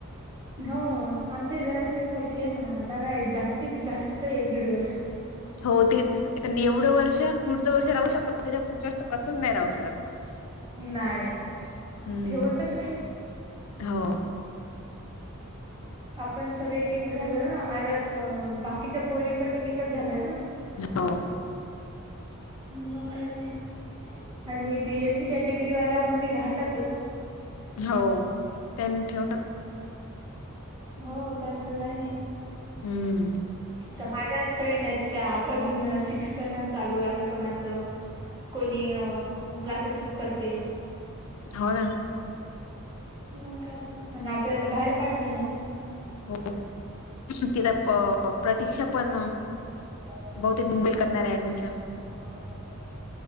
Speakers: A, on the right; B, on the left.
A: हो आमच्या घरात मीच मोठी आहे ना आता काय जास्तीत जास्त एक दीड वर्ष....
B: होती... एवढं वर्ष पुढच वर्ष राहू शकतो त्याच्या पुढच्या वर्ष कसंच नाही राहू शकत...
A: काय
B: हम्म
A: ठेवतच नाहीत.
B: हो
A: आपण सगळे एक एक झालो ना आता अ बाकीच्या पोरी पण एक एककच झाल्या ना...
B: हो..
A: मंग काय तर आणि ते एसी कॅटेगरी वाल्या मुली राहतातच...
B: हो त्यांन ठेवतात...
A: हो त्यांचं काही नाही....
B: हम्म....
A: तर माझ्याच फ्रेंड आहेत त्या अजून शिक्षण चालू आहे कोणाचं... कोणी क्लासेसच करते
B: हो ना
A: म का आपल्याला बाहेर पाठवे ना
B: हो तिथं प प्रतीक्षा पण
A: <inaudible>
B: बहुतेक मुंबईत करणार आहे ऍडमिशन
A: <inaudible>